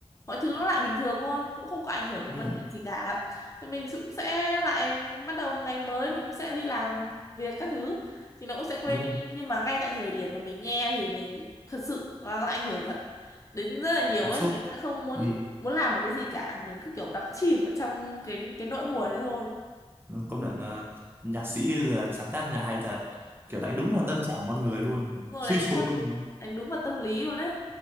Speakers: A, on the left; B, on the right.
A: mọi thứ nó lại bình thường thôi cũng không có ảnh hưởng đến
B: đúng
A: vấn
B: rồi
A: đề gì cả thì mình cũng sẽ lại bắt đầu một ngày mới mình cũng sẽ đi làm việc các thứ thì nó cũng sẽ quên
B: đúng
A: đi
B: rồi
A: nhưng mà ngay tại thời điểm mà mình nghe thì mình thật sự nó ảnh hưởng thật đến rất là nhiều
B: cảm
A: ấy
B: xúc
A: mình sẽ không muốn
B: ừ.
A: muốn làm một cái gì cả mình cứ kiểu đắm chìm ở trong cái cái nỗi buồn đấy thôi
B: ừ, công nhận là nhạc sĩ là sáng tác nhà hay thật kiểu đánh đúng vào tâm trạng con người luôn
A: đúng rồi
B: suy
A: đánh
B: sụp
A: đúng vào,
B: luôn mà
A: đánh đúng vào tâm lý luôn đấy